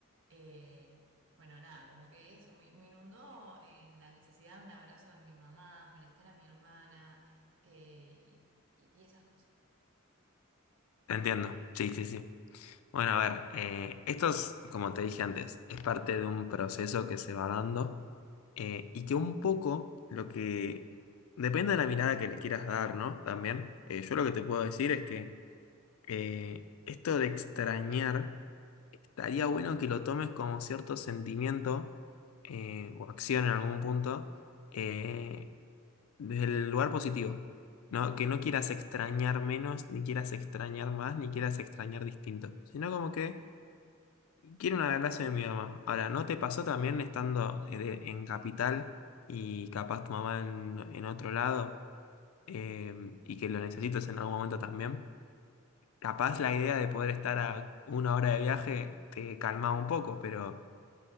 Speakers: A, on the right (about 65°); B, on the left (about 80°).
A: Eh, bueno, nada, como que eso me, me inundó en la necesidad de un abrazo de mi mamá, molestar a mi hermana eh, y, y esas cosas.
B: entiendo. Sí, sí, sí. Bueno, a ver, eh, esto es, como te dije antes, es parte de un proceso que se va dando eh, y que un poco lo que depende de la mirada que le quieras dar, ¿no? También, eh, yo lo que te puedo decir es que eh, esto de extrañar, estaría bueno que lo tomes como cierto sentimiento eh, o acción en algún punto eh, desde el lugar positivo, ¿no? Que no quieras extrañar menos, ni quieras extrañar más, ni quieras extrañar distinto, sino como que Quiero un abrazo de mi mamá. Ahora, ¿no te pasó también estando eh, de- en capital y capaz tu mamá en, en otro lado eh, y que lo necesites en algún momento también? Capaz la idea de poder estar a una hora de viaje te calmaba un poco, pero